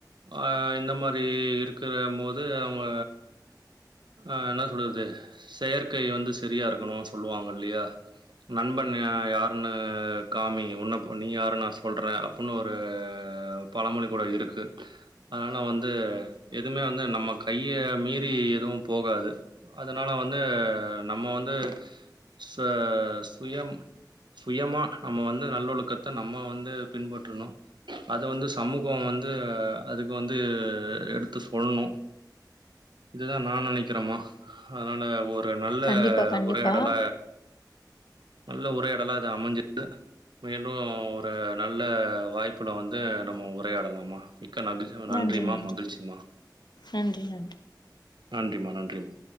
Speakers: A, on the right (about 90°); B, on the left (about 70°).
A: ஆ இந்த மாரி இருக்குற போது அவுங்க ஆ என்ன சொல்றது செயற்கை வந்து சரியா இருக்கணு சொல்லுவாங்க இல்லையா நண்பன் யார் யாருன்னு காமி உன் நீ யாருனு நா சொல்றேன் அப்புட்னு ஒரு பழமொழி கூட இருக்கு அதுனால வந்து எதுவுமே வந்து நம்ம கைய மீறி எதுவும் போகாது அதுனால வந்து நம்ம வந்து ச சுயம் சுயம்மா நம்ம வந்து நல்லொழுக்கத்த நம்ம வந்து பின்பற்றணு அது வந்து சமூகோ வந்து அதுக்கு வந்து எடுத்து சொல்ணு இதுதா நா நெனைக்கிறமா அதுனால ஒர் ஒரு நல்ல
B: கண்டிப்பா கண்டிப்பா
A: உரையாடல நல்ல உரையாடலா இது அமைஞ்சுது மீண்டு ஒரு நல்ல வாய்ப்புல வந்து நம்ம உரையாடலாமா மிக்க மகிழ்ச்சி நன்றிமா
B: நன்றி நன்றி
A: மகிழ்ச்சிமா
B: நன்றி நன்றி
A: நன்றிமா நன்றிமா